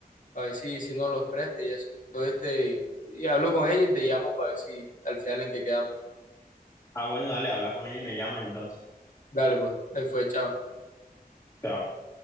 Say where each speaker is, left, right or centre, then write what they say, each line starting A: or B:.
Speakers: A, on the left; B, on the left.
A: para ver si, si nos los presta y eso. Entonces, te, y hablo con ella y te llamo para ver si al final en qué quedamos.
B: Ah, bueno, dale, habla con ella y me llamas entonces.
A: Dale, pues, ahí fue, chao.
B: Chao.